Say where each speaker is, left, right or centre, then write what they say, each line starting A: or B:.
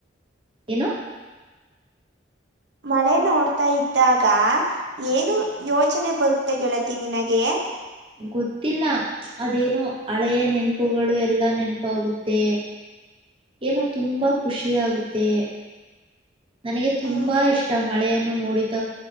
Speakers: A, on the right (about 25°); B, on the right (about 65°).
A: ಏನು
B: ಮಳೆ ನೋಡ್ತಾ ಇದ್ದಾಗ ಏನು ಯೋಚನೆ ಬರುತ್ತೆ ಗೆಳತಿ ನಿನಗೆ.
A: ಗೊತ್ತಿಲ್ಲ ಅದೇನೋ ಹಳೆಯ ನೆನಪುಗಳು ಎಲ್ಲ ನೆನಪಾಗುತ್ತೆ. ಏನೋ ತುಂಬ ಖುಷಿ ಆಗುತ್ತೆ. ನನಗೆ ತುಂಬಾ
B: ಹ
A: ಇಷ್ಟ ಮಳೆಯನ್ನು ನೋಡಿತ